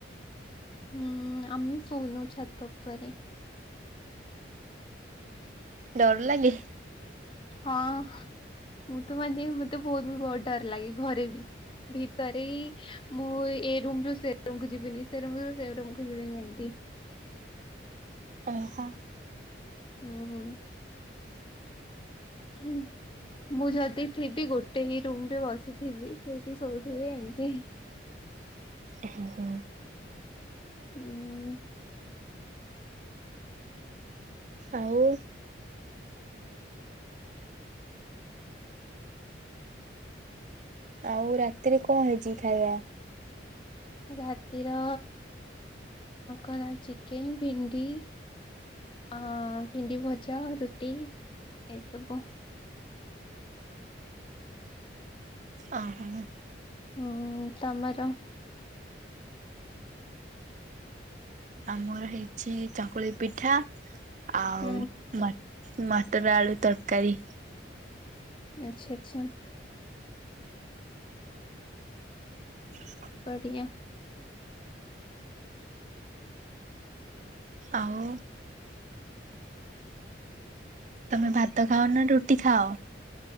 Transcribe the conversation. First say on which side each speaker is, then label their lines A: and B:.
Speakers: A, on the left (about 25°); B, on the right (about 40°).
A: ହୁଁ ଆମେ ଶୋଉନୁ ଛାତ ଉପରେ।
B: ଡର ଲାଗେ?
A: ହଁ ମୁଁ ତ ମାନେ ମତେ ବହୁତ ବହୁତ ଡର ଲାଗେ ଘରେ ବି। ଭିତରେ ମୁଁ ଏ ରୁମ ରୁ ସେ ରୁମକୁୁ ଯିବିନି ସେ ରମୁ ସେ ରୁମକୁୁ ଯିବିନି ଏମିତି।
B: ଓହୋ।
A: ହୁଁ ହୁଁ। ହୁଁ ମୁଁ ଯଦି ଥିବି ଗୋଟେ ହି ରୁମ ରେ ବସିଥିବି ସେଇଠି ଶୋଇଥିବି ଏମିତି।
B: ଉ ହୁଁ ହୁଁ।
A: ହୁଁ।
B: ଆଉ। ଆଉ ରାତିରେ କଣ ହେଇଚି ଖାଇବା?
A: ରାତିର କଣ ଚିକେନ ଭେଣ୍ଡି ଅ ଭେଣ୍ଡି ଭଜା ରୁଟି ଏସବୁ।
B: ଅହୋ।
A: ହୁଁ ତମର?
B: ଆମର ହେଇଚି ଚକୁଳି ପିଠା ଆଉ
A: ହୁଁ
B: ମ ମଟର ଆଳୁ ତରକାରୀ।
A: ଆଛା ଆଚ୍ଛା।
B: <inaudible>
A: ବଢିଆ।
B: ଆଉ। ତମେ ଭାତ ଖାଅ ନା ରୁଟି ଖାଅ?